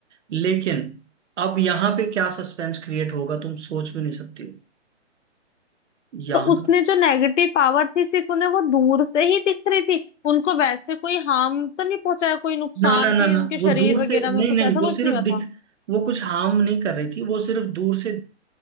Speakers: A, on the right; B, on the left.
A: लेकिन अब यहाँ पे क्या सस्पेंस क्रिएट होगा तुम सोच भी नहीं सकती हो यहाँ
B: तो उसमें जो नेगेटिव पावर थी सिर्फ उन्हें वो दूर से ही दिख रही थी उनको वैसे कोई हार्म तो नहीं पहुंचाया कोई नुकसान
A: ना ना ना
B: की
A: ना
B: उनके शरीर
A: वो दूर
B: वगैरह
A: से
B: में
A: नहीं
B: कुछ
A: नहीं
B: ऐसा
A: वो
B: कुछ
A: सिर्फ
B: नहीं हुआ
A: दिख
B: था
A: वो कुछ हार्म नहीं कर रही थी वो सिर्फ दूर से